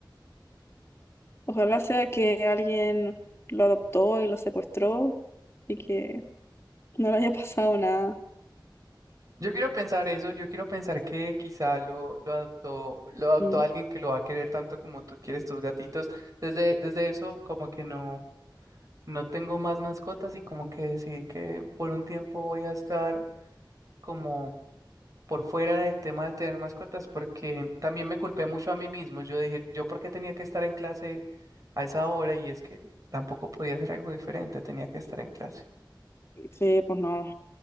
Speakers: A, on the left (about 35°); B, on the right (about 45°).
A: Ojalá sea que alguien lo adoptó y lo secuestró y que no le haya pasado nada.
B: Yo quiero pensar eso, yo quiero pensar que quizá lo, lo adoptó, lo adoptó
A: Mm,
B: alguien que lo va a querer tanto como tú quieres tus gatitos. Desde, desde eso, como que no, no tengo más mascotas y como que decidí que por un tiempo voy a estar como por fuera del tema de tener mascotas, porque también me culpé mucho a mí mismo. Yo dije, ¿yo por qué tenía que estar en clase a esa hora? Y es que tampoco podía hacer algo diferente, tenía que estar en clase.
A: Sí, pues no.